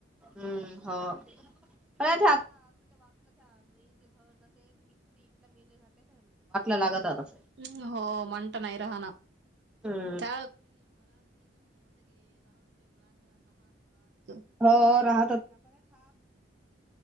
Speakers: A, in the centre; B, on the right.
A: हम्म हो. <unintelligible> लागतच असे.
B: हम् हो म्हणता नाही राहना
A: हम्म
B: त्या <unintelligible>
A: <unintelligible> पण